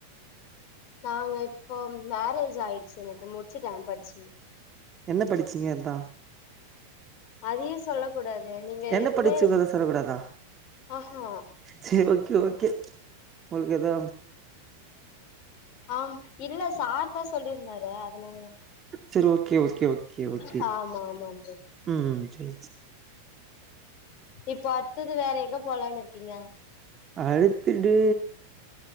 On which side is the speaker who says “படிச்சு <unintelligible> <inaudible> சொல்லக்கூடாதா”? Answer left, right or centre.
Right